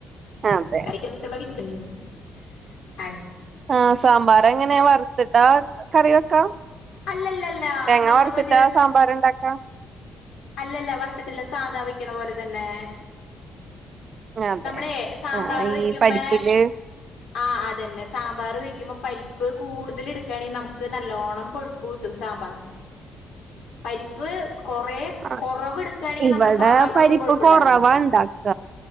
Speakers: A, on the right; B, on the left.
A: അതെ
B: ഐറ്റംസ് <unintelligible> ൻ
A: ആ സാമ്പാർങ്ങനേ വർ. ത്തിട്ടാ കറി വെക്ക
B: അല്ലല്ലല്ല
A: തേങ്ങ
B: നമ്മള്
A: വർത്തിട്ടാ
B: മറ്റേ
A: സാമ്പാർണ്ടാ. ആ
B: അല്ലല്ല വർത്ത്ട്ടില്ല സാധാ വെയ്ക്ക്ണ പോലെ തന്നെ.
A: അതെ
B: നമ്മളെ സാമ്പാർ
A: ആഹ്
B: വെയ്ക്കുമ്പേ.
A: ഈ പരിപ്പില്
B: ആ അതന്നെ സാമ്പാർ വെക്കുമ്പോ പരിപ്പ് കൂടു. തിൽ എടുക്കാണെങ്കിൽ നമുക്ക് നല്ലോണം കൊഴുപ്പൂട്ടും സാമ്പാറിൻ. പരിപ്പ് കൊറേ.
A: ആ
B: കുറവ് എടുക്കുകയാണെങ്കിൽ
A: ഇവടെ
B: നമ്മുടെ സാമ്പാറിനൊട്ടും
A: പരിപ്പ്
B: കൊഴുപ്പുണ്ടാവില്ല
A: കുറവാണ്ടാക്ക.